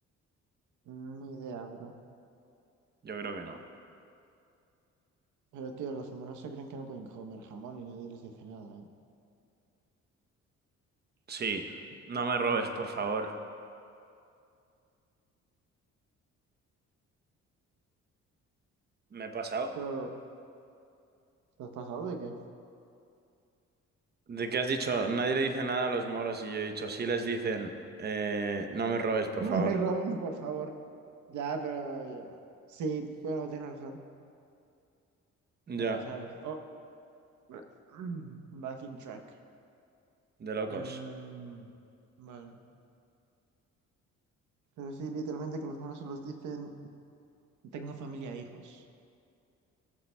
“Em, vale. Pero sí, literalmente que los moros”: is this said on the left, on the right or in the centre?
Right